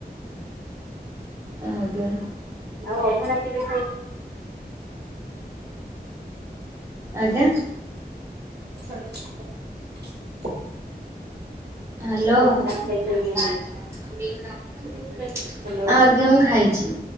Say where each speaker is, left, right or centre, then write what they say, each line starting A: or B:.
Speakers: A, on the right; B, on the right.
A: ଆଜ୍ଞା
B: ଆଉ ଅଭଡା କେବେ ଖାଇଛ?
A: ଆଜ୍ଞା।
B: <unintelligible>
A: ହାଲୋ।
B: ଅଭଡା ଖାଇଛନ୍ତି
A: ଆଜ୍ଞା,
B: କି ନାଇଁ? ହ୍ୟାଲୋ
A: ମୁଁ ଖାଇଛି।